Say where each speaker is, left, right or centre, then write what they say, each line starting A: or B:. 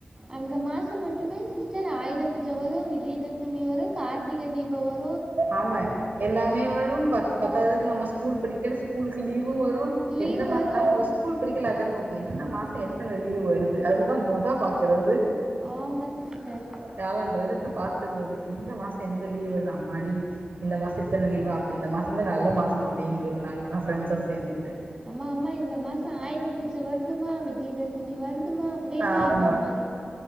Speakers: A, on the right (about 20°); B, on the right (about 65°).
A: அந்த மாசம் மட்டுமே சிஸ்டர் ஆயித பூஜ வரு விஜயதசமி வரு கார்த்திக தீபோ‌ வர்
B: ஆமா எல்லாமே வரு பத் பத்தாததுக்கு
A: ஓ
B: நம்ம ஸ்கூல் படிக்கேல ஸ்கூலுக் கு லீவ் வு வரு
A: லீவு
B: எந்த மா
A: வரும்
B: நம்ம ஸ்கூல் படிக்கேல அதான பாப் போ எந்த மாசோ எத்தன லீவ் வருது அதுதா மொத பாக் குறது
A: ஆமா சிஸ்டர்
B: கேலண்டர் எடுத்து பாத்துட்றது எந்த மாசோ எந்த லீவ் வருதா முன்னாடி இந்த மாசோ இத்தன லீவா அப்ப இந்த மாசோந் தா நல்ல மாசோ அப்டின்றது நாங்கல்லா ஃப்ரெண்ட்ஸா சேர்ந்துக்கிட்டு
A: அம்மா அம்மா இந்த மாசோ ஆயுத பூஜ வருதுமா விஜயதசமி வருத் தும்மா அப்டின்னு
B: ஆமா
A: எங்க அம்மாக்